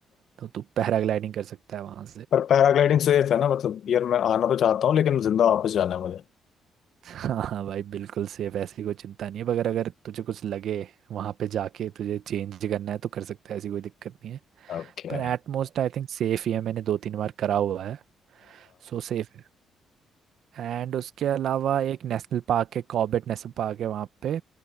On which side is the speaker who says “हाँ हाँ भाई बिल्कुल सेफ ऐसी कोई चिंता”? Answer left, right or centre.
Right